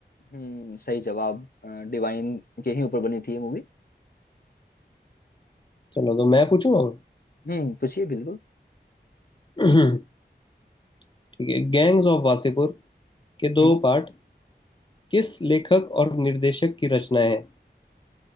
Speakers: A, on the left; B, on the left.
A: हम्म सही जवाब डिवाइन के ही ऊपर बनी थी ये मूवी
B: चलो तो मैं पूछूंगा अब?
A: हम्म पूछिए बिल्कुल
B: <clears throat> ठीक है गैंग्स ऑफ वासेपुर के दो
A: हम्म
B: पार्ट किस लेखक और निर्देशक की रचनाएं हैं